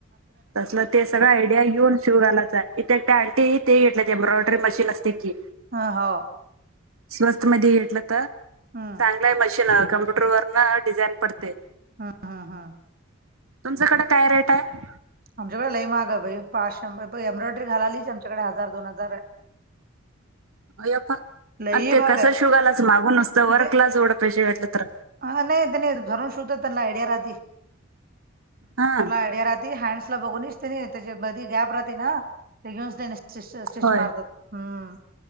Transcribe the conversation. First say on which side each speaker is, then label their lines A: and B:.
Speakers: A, on the right (about 80°); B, on the right (about 45°).
A: तसलं ते सगळं आयडिया घेऊन शिवू घालायचा <unintelligible> ते घेतले एम्ब्रॉयडरी मशीन असते की
B: हा हाव.
A: स्वस्त मध्ये घेेतलं तर
B: हम्म.
A: चांगलं आहे मशीन कम्प्युटर वर न डिझाईन पडते.
B: हा हा हा.
A: तुमच्याकडे काय रेट आहे?
B: आमच्याकडे लई महाग आहे बाई पाच शंभर ए्ब्रॉयडरी घालालीच आमच्याकडे हजार दोन हजार आहे
A: अयप्पा
B: लई
A: आणि ते
B: महाग
A: कसं
B: आहे
A: शिऊ घालायचं मागून घ्यायला नुसतं वर्कलाच
B: ते
A: जोडत <unintelligible> वाटल तर.
B: हा नाही त्यांनी धरून शीवत तेन्हा आईडीया राहते.
A: हा
B: त्याला आयडिया राती हँड्स ला बघून- ते नाही त्याचा मधी गॅप राहते ना ते घेऊनच स्टिच स्टिच
A: होय.
B: मारतात हम्म.